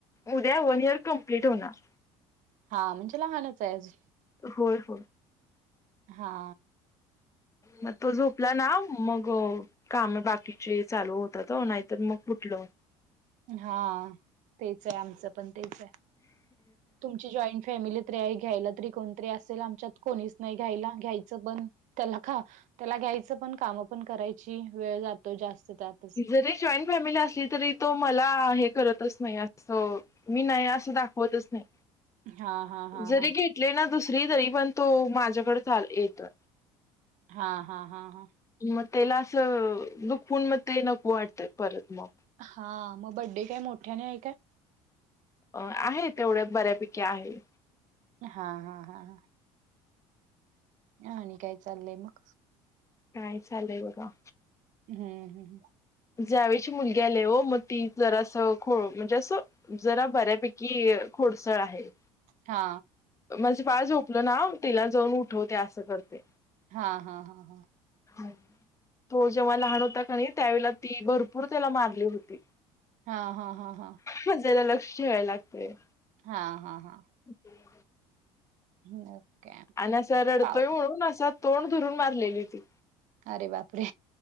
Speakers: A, on the left (about 20°); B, on the right (about 60°).
A: उद्या वन इयर कम्प्लीट होणार.
B: हा म्हणजे लहानच आहे अजून.
A: होय, होय.
B: हा.
A: मग तो झोपला ना मग काम बाकीचे चालू होतात ओ, नाहीतर मग कुठलं?
B: हा तेच आहे, आमचं पण तेच आहे, तुम तुमची जॉईन फॅमिली तरी आहे घ्यायला तरी कोणतरी असेल आमच्यात कोणीच नाही घ्यायला, घ्यायचं पण त्याला खा त्याला घ्यायचं पण काम पण करायची वेळ जातो जास्त त्यात.
A: जरी जॉईन फॅमिली असली तरी तो मला हे करतच नाही असं मी नाही असं दाखवतच नाही,
B: हा हा हा
A: जरी
B: हा
A: घे घेतली ना दुसरी तरी पण तो माझ्याकडेच येतो.
B: हा हा हा हा.
A: मग तेला असं दुखवून मग ते नको वाटतयं परत मग.
B: हा मग बड्डे काय मोठ्याने आहे काय?
A: अ आहे तेवढ्या बऱ्यापैकी आहे.
B: हा हा हा ह. आणि काय चाललंय मग?
A: काय चाललय बघा.
B: हम्म, हम्म.
A: जावेची मुलगी आलीय हो मग ती जरा असं खो म्हणजे असं जरा बऱ्यापैकी खोडसळ आहे.
B: हा
A: माझं बाळ झोपलं ना तिला जाऊन उठवते असं करतीय.
B: हा हा हा हा
A: हम् हो जेव्हा तो लहान होता कणी त्यावेळेला ती भरपूर त्याला मारली होती.
B: हा हा हा हा
A: मग जरा लक्ष ठेवायला लागतंय.
B: हा हा हा
A: <inaudible>
B: <inaudible>
A: आणि असा रडतोय
B: पाव
A: म्हणून असा तोंड धरून मारलेली ती
B: अरे बापरे